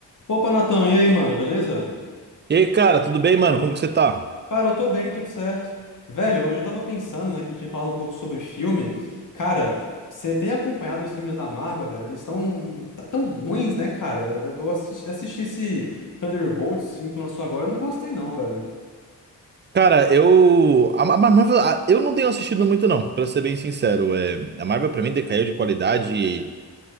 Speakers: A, on the left; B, on the right.
A: Opa, Natan, e aí, mano, beleza?
B: E aí, cara, tudo bem, mano? Como que você tá?
A: Cara, eu tô bem, tudo certo. Velho, hoje eu tava pensando, né, que a gente tinha falado um pouco sobre filme. Cara, você tem acompanhado os filmes da Marvel, velho? Eles estão tão ruins, né, cara? Eu, eu assisti, assisti esse Thunderbolts, esse filme que lançou agora, eu não gostei não, velho.
B: Cara, eu. A, a Marvel. a- eu não tenho assistido muito, não, pra ser bem sincero. É, a Marvel, pra mim, decaiu de qualidade